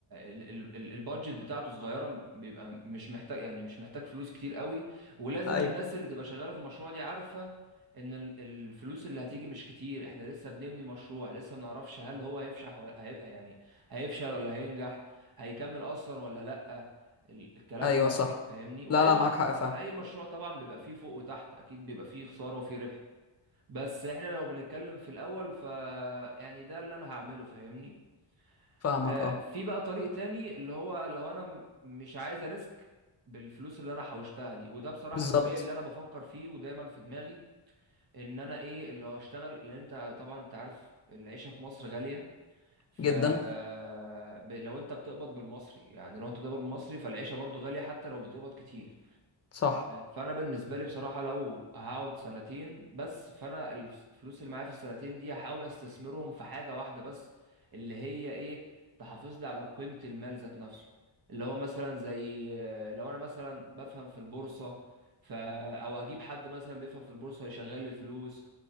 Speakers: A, on the right; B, on the left.
A: ال- ال- ال- البادجت بتاعته صغيره بيبقى مش محتاج يعني مش محتاج فلوس كتير قوي ولازم
B: ايوه
A: الناس اللي تبقى شغاله في المشروع دي عارفه ان ال- الفلوس اللي هتيجي مش كتير احنا لسه بنبني مشروع لسه ما نعرفش هل هو هيفشح ولا هيبقى يعني هيفشل ولا هينجح هيكمل اصلا ولا لا ال- الكلام
B: ايوه
A: ده
B: صح
A: فاهمني واي
B: لا لا
A: مر...
B: معاك حق فاهم
A: اي مشروع طبعا بيبقى فيه فوق وتحت اكيد بيبقى فيه خساره وفيه ربح بس احنا لو بنتكلم في الاول ف يعني ده اللي انا هعمله فاهمني
B: فاهمك
A: آه،
B: اه
A: في بقى طريق تاني اللي هو لو انا م- مش عايز اريسك بالفلوس اللي انا حوشتها دي وده بصراحة
B: بالظبط
A: الطريق اللي انا بفكر فيه ودايما في دماغي ان انا ايه اللي هو اشتغل لان انت طبعا انت عارف العيشة في مصر غالية ف
B: جدا
A: آه، ب- لو انت بتقبض بالمصري يعني لو انت بتقبض بالمصري فالعيشة برضو غالية حتى لو بتقبض كتير
B: صح
A: فانا بالنسبه لي بصراحه لو هقعد سنتين بس فانا الفلوس اللي معايا في السنتين دي هحاول استثمرهم في حاجه واحده بس اللي هي ايه تحافظ لي على قيمه المال ذات نفسه اللي هو مثلا زي آه، لو انا مثلا بفهم في البورصه ف او هجيب حد مثلا بيفهم في البورصه يشغل لي الفلوس